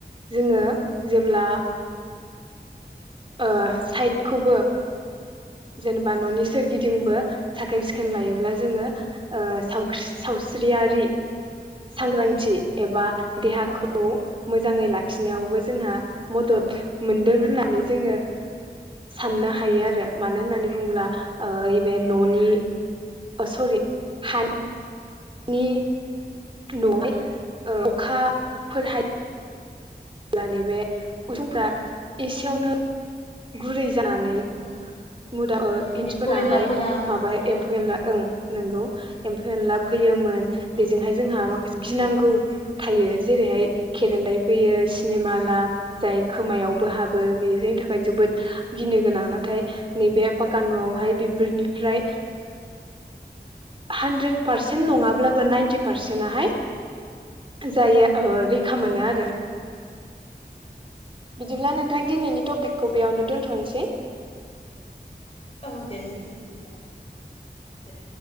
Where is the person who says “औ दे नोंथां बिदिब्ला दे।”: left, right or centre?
Left